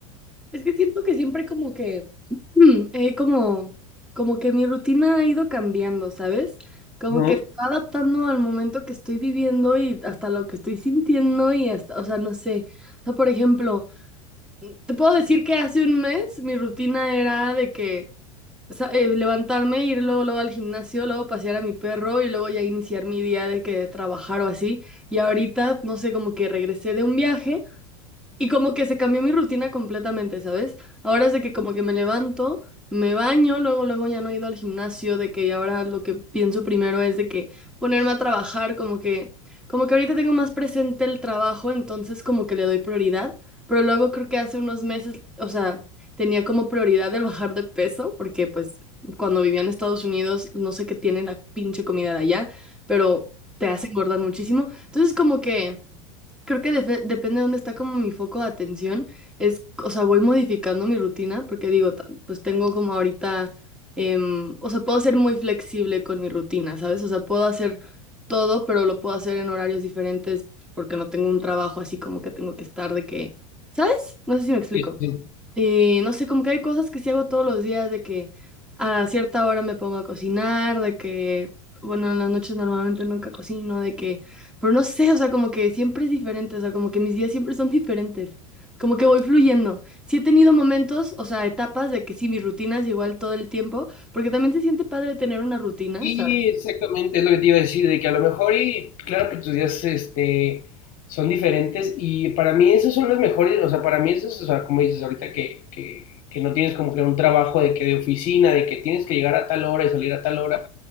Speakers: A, in the centre; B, on the left.
A: Es que siento que siempre como que, <clears throat> mm, eh, como, como que mi rutina ha ido cambiando, ¿sabes? Como
B: Uh
A: que se va adaptando al momento que estoy viviendo y hasta lo que estoy sintiendo y hasta, o sea, no sé. O sea, por ejemplo... Te puedo decir que hace un mes mi rutina era de que sa- eh, levantarme, ir luego, luego al gimnasio, luego pasear a mi perro y luego ya iniciar mi día de que trabajar o así. Y ahorita, no sé, como que regresé de un viaje y como que se cambió mi rutina completamente, ¿sabes? Ahora es de que como que me levanto, me baño, luego, luego ya no he ido al gimnasio, de que ahora lo que pienso primero es de que ponerme a trabajar, como que, como que ahorita tengo más presente el trabajo, entonces como que le doy prioridad, pero luego creo que hace unos meses, o sea, tenía como prioridad el bajar de peso, porque pues cuando vivía en Estados Unidos, no sé qué tiene la pinche comida de allá, pero te hace engordar muchísimo. Entonces como que... Creo que defe- depende de dónde está como mi foco de atención. Es, o sea, voy modificando mi rutina porque digo, ta- pues tengo como ahorita, em, o sea, puedo ser muy flexible con mi rutina, ¿sabes? O sea, puedo hacer todo, pero lo puedo hacer en horarios diferentes porque no tengo un trabajo así como que tengo que estar de que, ¿sabes? No sé si me explico.
B: -huh.
A: Y no sé, como que hay cosas que sí hago todos los días, de que a cierta hora me pongo a cocinar, de que, bueno, en las noches normalmente nunca cocino, de que, pero no sé, o sea, como que siempre es diferente, o sea, como que mis días siempre son <laughs> diferentes, como que voy fluyendo. Sí he tenido momentos, o sea, etapas de que sí, mi rutina es igual todo el tiempo, porque también se siente padre tener una rutina,
B: Y
A: ¿sabes?
B: exactamente, es lo que te iba a decir, de que a lo mejor y claro que tus días este, son diferentes y para mí esos son los mejores, o sea, para mí esos, o sea, como dices ahorita que, que, que no tienes como que un trabajo de que de oficina, de que tienes que llegar a tal hora y salir a tal hora.